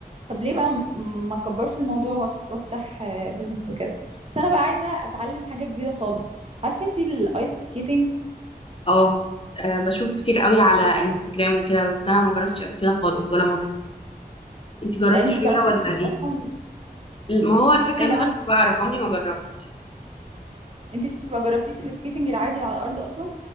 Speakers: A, on the right; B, on the left.
A: طب ليه بقى م- ما اكبرش الموضوع وأفت- وافتح آه، بيزنس وكده بس انا بقى عايزه اتعلم حاجه جديده خالص عارفه انتي الايس سكيتنج
B: اه آه، بشوفه كتير قوي على انستجرام وكده بس انا ما جربتش قبل كده خالص ولا مره انتي جربتي
A: لا انتي
B: حاجه
A: بتعرفي تسكيتي
B: ولا ايه
A: اصلا
B: ما هو الفكره
A: إيه،
B: ان
A: لا
B: انا مش بعرف عمري ما جربت
A: انت ما جربتيش السكيتنج العادي اللي على الارض اصلا